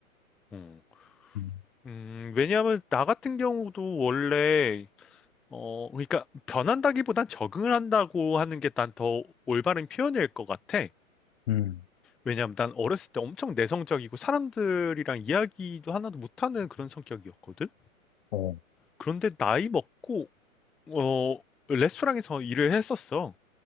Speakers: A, in the centre; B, on the left.
A: 음,
B: 음,
A: 음, 왜냐하면 나 같은 경우도 원래, 어, 그러니까 변한다기보단 적응을 한다고 하는 게 난 더 올바른 표현일 것 같아.
B: 음,
A: 왜냐하면 난 어렸을 때 엄청 내성적이고 사람들이랑 이야기도 하나도 못하는 그런 성격이었거든.
B: 어,
A: 그런데 나이 먹고 어 레스토랑에서 일을 했었어.